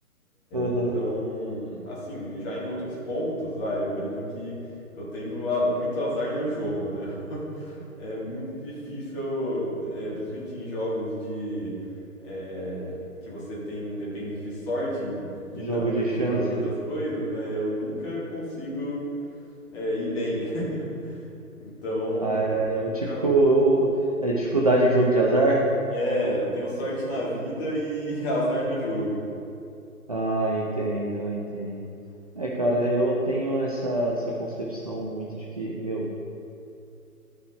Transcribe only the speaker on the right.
Aham,
Jogo de chance.
Ah, é, o típico
o- é dificuldade em jogo de azar.
Ah, entendo, eu entendo. É, cara, eu tenho essa, essa concepção muito de que, meu,